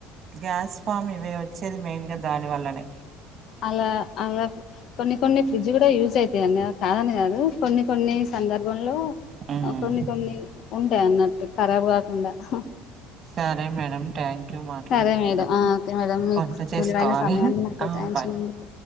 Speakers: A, on the right; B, on the left.
A: గ్యాస్ ఫామ్ ఇవి వచ్చేది మెయిన్ గా దాని వల్లనే
B: అలా అలా కొన్ని కొన్ని ఫ్రిడ్జ్ కూడా యూజ్ అవుతాయండి కాదని కాదు కొన్ని కొన్ని సందర్భంలో
A: మ్మ్
B: కొన్ని కొన్ని ఉంటాయి అన్నట్టు ఖరాబ్ కాకుండా హామ్
A: సరే మేడం థ్యాంక్ క్యూ మాట్లాడినందుకు
B: సరే మేడం ఆ ఓకే మేడం మీకు
A: వంట చేసుకోవాలి
B: విలువైన సమయాన్ని నాకు కేటాయించినందుకు
A: ఆ బాయ్